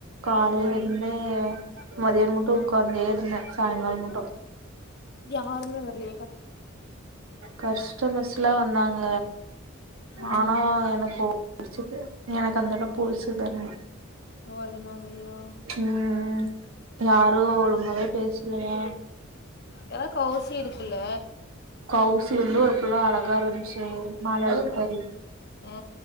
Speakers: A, on the right; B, on the left.
A: காலேல
B: ஆ
A: இருந்தே மதியானோமுட்டு
B: ஆ
A: உக்காந்தே இருந்தே சாய்ங்காலோ முட்டு
B: யாருமே வர்ல
A: கஷ்டமஸ்சுலா வந்தாங்க
B: ம்
A: ஆனா எனக் போ டிச்சது எனக்கு அந்தலக் புதுசு தானே
B: ஓ அதனாலயா
A: ம் யாரு ஒழுங்காவே பேஸ்லயா
B: ஏதா கவுசி இருக்குல்ல
A: கவ்சி வந்து ஒரு புள்ள அழகா இருந்ச்சு மாலத்துக்காரி
B: ஆ